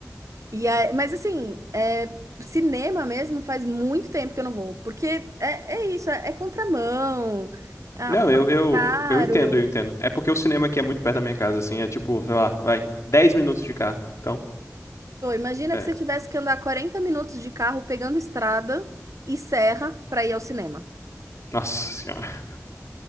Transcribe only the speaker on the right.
E aí- mas assim, é, cinema mesmo faz muito tempo que eu não vou, porque é, é isso, é, é contramão, ah,
pô,
é
caro.
Pô, imagina
que você tivesse que andar 40 minutos de carro pegando estrada e serra para ir ao cinema.